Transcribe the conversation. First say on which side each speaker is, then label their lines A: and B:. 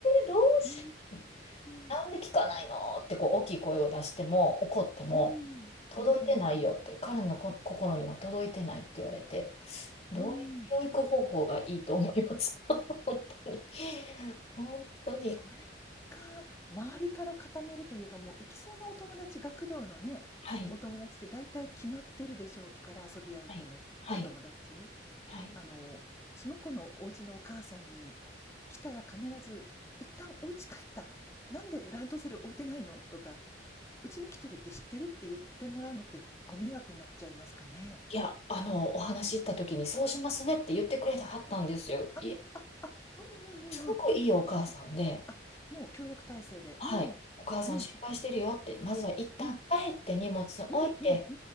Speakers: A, on the left (about 35°); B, on the left (about 15°).
A: どうし
B: うー
A: なんで聞かないの?」ってこう大きい声を出しても怒っても
B: ん、うん。
A: 「届いてないよ」って彼のこ心には届いてないって言われて
B: ええ、ええ、
A: どういう教育方法がいいと思いますか
B: うん。
A: <laughs> 本当に <laughs> 本当に
B: それか、周りから固めるというか、もう行きそうなお友達、学童のね、
A: はい
B: お友達って大体決まってるでしょうから、遊び相手のお友達。
A: はいはいはい
B: あの、その子のお家のお母さんに、来たら必ず「一旦お家帰った？なんでランドセル置いてないの？」とか「うちに来てるって知ってる？」って言ってもらうのってご迷惑になっちゃいますかね？
A: いや、あの、お話し行った時に、そうしますねって言ってくれたはったんですよ。
B: あ、
A: い
B: あ、あ、うんうんうんうん。
A: すごくいいお母さんで、
B: うん、あ、もう協力体制で、
A: はい、
B: うん。
A: お母さん心配してるよって、
B: うん、
A: まずは一旦帰って荷物置いて、
B: うん、うんうん